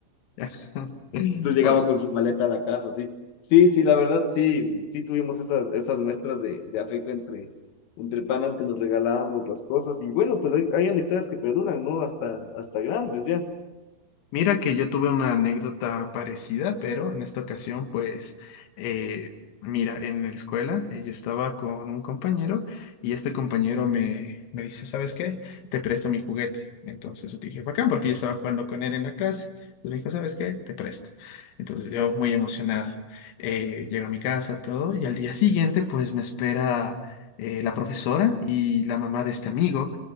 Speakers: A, on the left (about 70°); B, on the left (about 85°).
A: <laughs>
B: Entonces llegaba
A: Oye,
B: con su maleta a la casa, sí. Sí, sí, la verdad, sí, sí tuvimos esas, esas muestras de, de afecto entre, entre panas que nos regalábamos las cosas. Y bueno, pues hay, hay amistades que perduran, ¿no? Hasta, hasta grandes ya.
A: Mira que yo tuve una anécdota parecida, pero en esta ocasión, pues, eh, mira, en la escuela eh, yo estaba con un compañero y este compañero me, me dice, ¿sabes qué? Te presto mi juguete. Entonces yo te dije, bacán, porque yo estaba jugando con él en la clase. Entonces me dijo, ¿sabes qué? Te presto. Entonces yo muy emocionado. eh, llego a mi casa, todo, y al día siguiente, pues, me espera eh, la profesora y la mamá de este amigo.